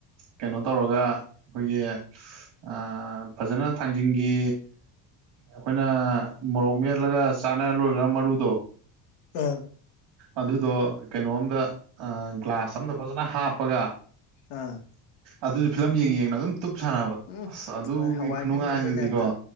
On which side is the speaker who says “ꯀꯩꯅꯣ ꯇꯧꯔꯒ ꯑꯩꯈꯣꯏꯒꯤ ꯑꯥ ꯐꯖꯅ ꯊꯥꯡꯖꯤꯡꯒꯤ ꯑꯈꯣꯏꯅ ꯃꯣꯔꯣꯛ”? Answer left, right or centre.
Right